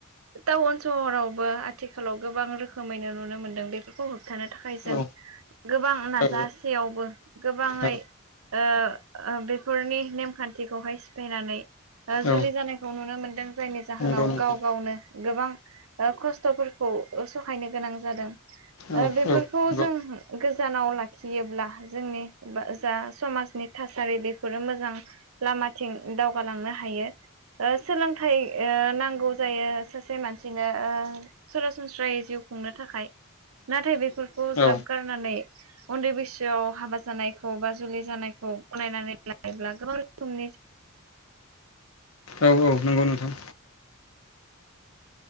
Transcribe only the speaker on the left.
औ
औ
औ
औ
नंगौ नोंथां
औ
औ नंगौ
औ
औ औ नंगौ नोंथां।